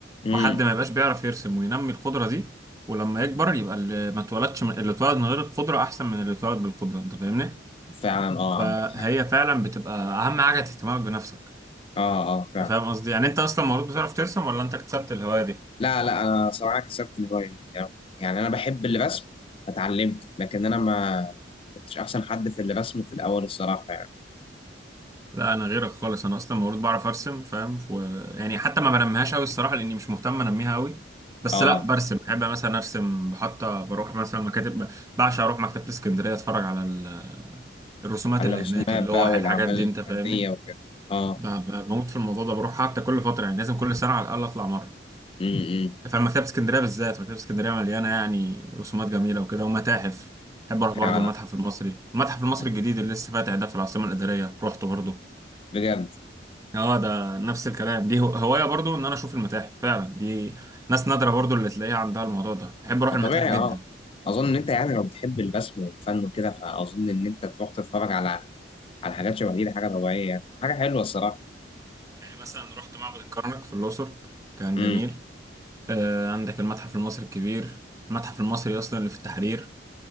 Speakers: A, on the left; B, on the right.
A: امم
B: وحد ما يبقاش بيعرف يرسم وينمي القدرة دي ولما يكبر يبقى اللي ما اتولدش من... اللي اتولد من غير القدرة أحسن من اللي اتولد بالقدرة أنت فاهمني
A: فعلا اه
B: فهي
A: عندك حق
B: فعلا بتبقى أهم حاجة اهتمامك بنفسك
A: اه اه فعلا
B: أنت فاهم قصدي يعني أنت أصلا مولود بتعرف ترسم ولا أنت اكتسبت الهواية دي
A: لا لا انا صراحه كسبت الهوايه دي يعني يعني انا بحب الرسم فتعلمت لكن انا ما كنتش احسن حد في الرسم في الاول الصراحه يعني
B: لا انا غيرك خالص انا اصلا المفروض بعرف ارسم فاهم ف... يعني حتى ما بنميهاش قوي الصراحه لاني مش مهتم انميها قوي بس
A: اه
B: لا برسم بحب مثلا ارسم بحط بروح مثلا مكاتب بعشق اروح مكتبه اسكندريه اتفرج على ال- الرسومات
A: على
B: اللي
A: الرسومات
B: هناك اللوح
A: بقى والاعمال
B: الحاجات دي انت فاهمني
A: الفنيه وكده اه
B: ب... ب... بموت في الموضوع ده بروح حتى كل فتره يعني لازم كل سنه على الاقل اطلع مره
A: امم
B: فاهم مكتبه اسكندريه بالذات مكتبه اسكندريه مليانه يعني رسومات جميله وكده ومتاحف بحب اروح برضو
A: فعلا
B: المتحف المصري المتحف المصري
A: آه.
B: الجديد اللي لسه فاتح ده في العاصمه الاداريه روحته برضو
A: بجد
B: اه ده نفس الكلام دي هو- هواية برضو ان انا اشوف المتاحف فعلا دي ناس نادرة برضو اللي تلاقيها عندها الموضوع ده بحب اروح
A: ما
B: المتاحف
A: طبيعي
B: جدا
A: اه اظن ان انت يعني لو بتحب الرسم والفن وكده فاظن ان انت تروح تتفرج على على حاجات شبه دي ده حاجه طبيعيه يعني حاجه حلوه الصراحه
B: يعني مثلا رحت معبد الكرنك في الاقصر كان
A: امم
B: جميل آه عندك المتحف المصري الكبير المتحف المصري اصلا اللي في التحرير